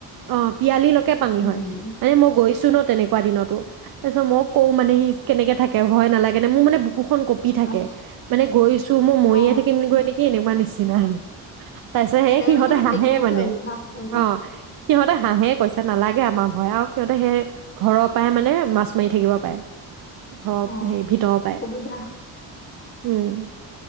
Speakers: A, on the right (about 50°); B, on the left (about 25°).
A: অ', পিয়ালিলকে পানী
B: উম
A: হয়। মানে মই গৈছো ন তেনেকুৱা দিনতো, তাৰ পিছত মই কওঁ মানে ইছ কেনেকে থাকে ভয় নালাগে নে মোৰ মানে বুকুখন কঁপি থাকে,
B: অ
A: মানে গৈছো মই মৰিয়ে
B: অ
A: থাকিম গৈ নেকি এনেকুৱা নিচি <inaudible> তাৰ পিছত হেই
B: তেওঁলোকে
A: সিহঁতে
B: মানে
A: হাঁহে
B: দেখি দেখি
A: মানে
B: অভ্যাস হৈ গ'ল
A: অ', সিহঁতে হাঁহে কৈছে। নালাগে আমাৰ ভয় আৰু সিহঁতে সেই ঘৰৰ পাই মানে মাছ মাৰি থাকিব পাৰে। ঘৰৰ
B: অ
A: হেৰি ভিতৰ পায়
B: সুবিধা
A: উম।